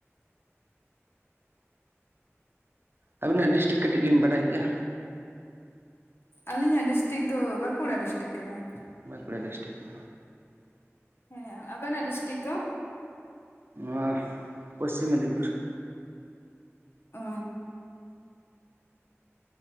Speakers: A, on the right (about 50°); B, on the left (about 55°).
A: ᱟᱹᱵᱤᱱᱟᱜ ᱰᱤᱥᱴᱤᱠ ᱠᱟᱹᱴᱤᱡ ᱞᱤᱧ ᱵᱟᱰᱟᱭ ᱠᱮᱭᱟ?
B: ᱟᱞᱤᱧᱟᱜ ᱰᱤᱥᱴᱤᱠ ᱫᱚ ᱵᱟᱸᱠᱩᱲᱟ ᱰᱤᱥᱴᱤᱠ ᱠᱟᱱᱟ ᱾
A: ᱵᱟᱸᱠᱩᱲᱟ ᱰᱤᱥᱴᱨᱤᱠ ᱾
B: ᱦᱮᱸ ᱟᱵᱮᱱᱟᱜ ᱰᱤᱥᱴᱤᱠ ᱫᱚ?
A: ᱱᱚᱣᱟ ᱯᱚᱥᱪᱤᱢ ᱢᱮᱫᱽᱱᱤᱯᱩᱨ ᱾
B: ᱚ